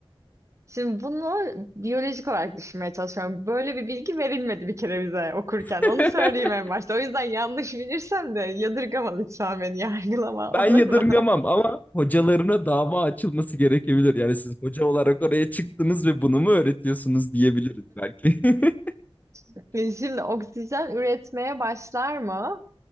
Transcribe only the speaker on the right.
şimdi bunu biyolojik olarak düşünmeye çalışıyorum. Böyle bir bilgi verilmedi bir kere bize okurken.
Onu söyleyeyim en başta. O yüzden yanlış bilirsem de yadırgama lütfen beni <laughs> yargılama
olur
mu?
<laughs> Şimdi oksijen üretmeye başlar mı?